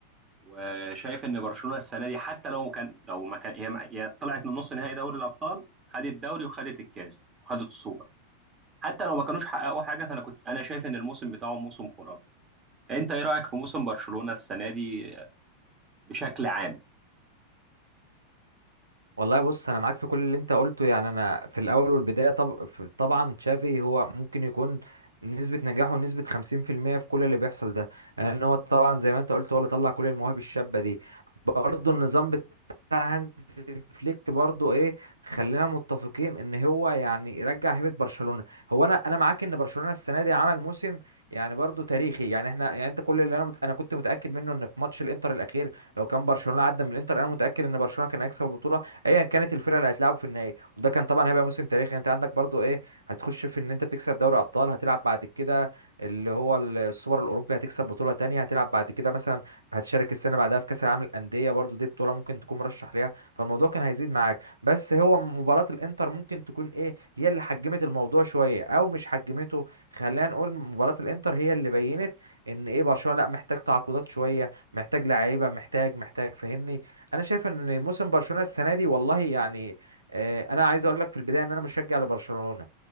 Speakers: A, on the right; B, on the right.
A: وشايف ان برشلونه السنه دي حتى لو كان لو ما كان هي هي طلعت من نص نهائي دوري الابطال خدت الدوري وخدت الكاس وخدت السوبر حتى لو ما كانوش حققوا حاجه فانا كنت انا شايف ان الموسم بتاعهم موسم خرافي انت ايه رايك في موسم برشلونه السنه دي بشكل عام
B: والله بص انا معاك في كل اللي انت قلته يعني انا في الاول والبدايه طب في- طبعا تشافي هو ممكن يكون نسبه نجاحه نسبه 50% في المية في كل اللي بيحصل ده لان هو طبعا زي ما انت قلت هو اللي طلع كل المواهب الشابه دي برضه النظام بتاع هانز فليك برضه ايه خلينا متفقين ان هو يعني يرجع هيبه برشلونه هو انا انا معاك ان برشلونه السنه دي عمل موسم يعني برضه تاريخي يعني احنا يعني انت كل اللي انا مت... انا كنت متاكد منه ان في ماتش الانتر الاخير لو كان برشلونه عدى من الانتر انا متاكد ان برشلونه كان هيكسب البطوله ايا كانت الفرقه اللي هتلعبوا في النهائي وده كان طبعا هيبقى موسم تاريخي يعني انت عندك برضو ايه هتخش في ان انت تكسب دوري ابطال هتلعب بعد كده اللي هو السوبر الاوروبي هتكسب بطوله تانية هتلعب بعد كده مثلا هتشارك السنه بعدها في كاس العالم للانديه برضو دي بطوله ممكن تكون مرشح ليها فالموضوع كان هيزيد معاك بس هو مباراه الانتر ممكن تكون ايه هي اللي حجمت الموضوع شويه او مش حجمته خلينا نقول مباراه الانتر هي اللي بينت ان ايه برشلونه لا محتاج تعاقدات شويه محتاج لعيبه محتاج محتاج فاهمني انا شايف ان موسم برشلونه السنه دي والله يعني آه، انا عايز اقول لك في البدايه ان انا مشجع لبرشلونه